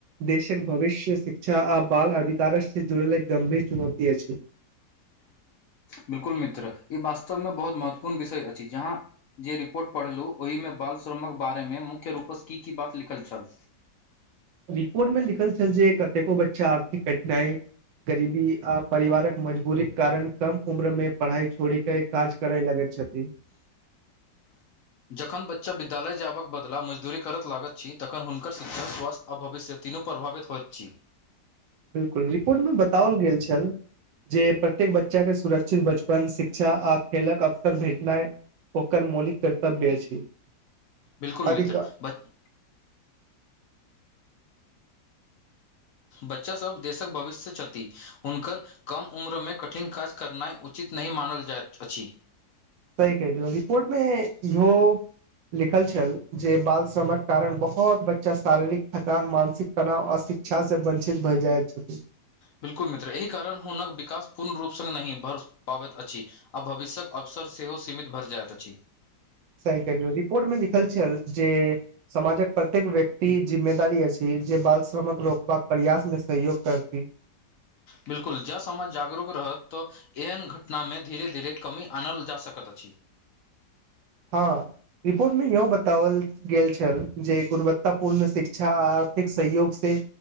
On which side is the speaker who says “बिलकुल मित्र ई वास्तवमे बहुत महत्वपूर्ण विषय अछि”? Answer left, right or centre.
Left